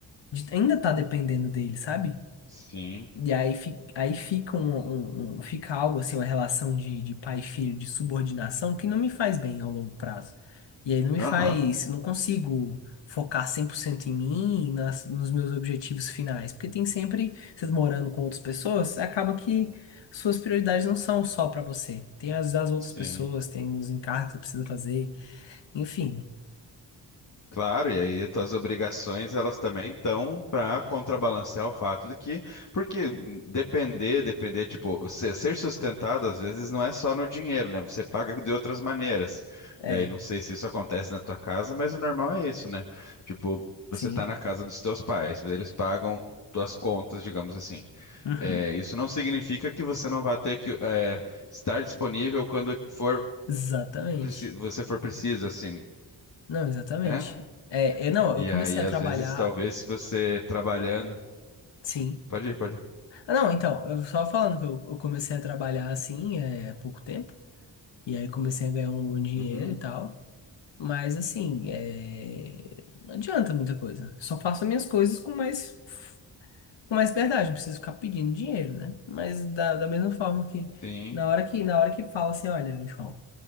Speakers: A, on the left; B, on the left.
A: de ainda estar dependendo deles, sabe?
B: Sim.
A: E aí, fi- aí fica, um, um- um- fica algo assim, uma relação de, de pai e filho, de subordinação, que não me faz bem ao longo prazo. E aí não me
B: Aham.
A: faz, não consigo focar 100% em mim, e nas, nos meus objetivos finais. Porque tem sempre, vocês morando com outras pessoas, acaba que suas prioridades não são só pra você. Tem as das outras
B: Sim.
A: pessoas, tem os encargos que você precisa fazer, enfim.
B: Claro, e aí tuas obrigações elas também estão para contrabalancear o fato de que, porque depender, depender, tipo, ser, ser sustentado às vezes não é só no dinheiro, né? Você paga de outras maneiras.
A: né?
B: Daí não
A: É,
B: sei se isso acontece na tua casa, mas o normal é isso, né? Tipo, você
A: sim.
B: tá na casa dos teus pais, eles pagam tuas contas, digamos assim.
A: Uhum.
B: É, isso não significa que você não vá ter que é, estar disponível quando for
A: Exatamente.
B: preci- você for preciso, assim.
A: Não, exatamente.
B: né?
A: É, eu, não,
B: E
A: eu comecei
B: aí,
A: a
B: às
A: trabalhar.
B: vezes, talvez você trabalhando.
A: Sim.
B: Pode ir, pode ir.
A: Ah, Não, então, eu só falando que eu, eu comecei a trabalhar assim, é, há pouco tempo, e aí comecei a ganhar um bom dinheiro
B: Uhum,
A: e tal, mas assim, é, não adianta muita coisa. Só faço minhas coisas com mais, com mais verdade, não preciso ficar pedindo dinheiro, né? Mas da, da mesma forma que
B: sim,
A: na hora que, na hora que fala assim, olha, João,